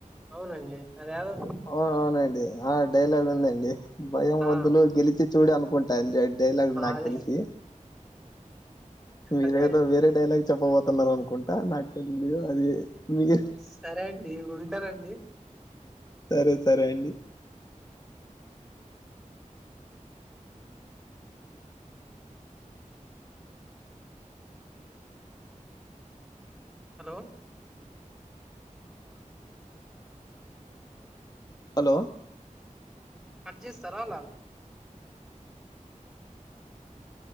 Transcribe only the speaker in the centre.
అవునండి అదెదో.
ఆ
అదే
అదే
సరే అండి ఉంటానండి.
హలో.
కట్చేస్తారా అలా.